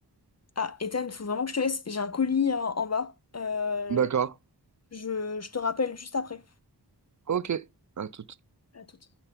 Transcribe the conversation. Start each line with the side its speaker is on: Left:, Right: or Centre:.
Left: Ah, Ethan, faut vraiment que je te laisse. J'ai un colis en, en bas. Euh,
Right: D'accord.
Left: je, je te rappelle juste après.
Right: Ok. À tout
Left: À tout